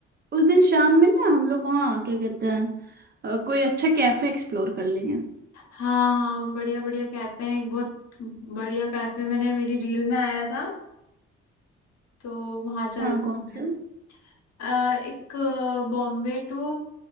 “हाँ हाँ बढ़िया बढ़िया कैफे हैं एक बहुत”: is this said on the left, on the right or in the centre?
Left